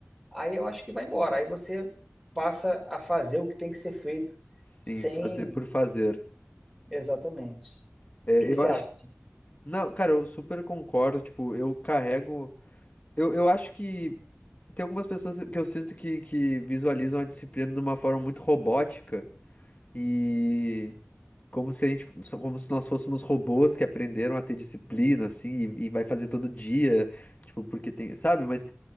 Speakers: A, in the centre; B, on the left (about 30°).
A: aí eu acho que vai embora. Aí você passa a fazer o que tem que ser feito
B: Sim,
A: sem.
B: fazer por fazer.
A: Exatamente.
B: É,
A: O que que
B: eu
A: você
B: acho.
A: acha disso?
B: Não, cara, eu super concordo. Tipo, eu carrego. Eu, eu acho que tem algumas pessoas que eu sinto que, que visualizam a disciplina de uma forma muito robótica e como se a gente, só como se nós fôssemos robôs que aprenderam a ter disciplina, assim, e, e vai fazer todo dia, tipo, porque tem, sabe? Mas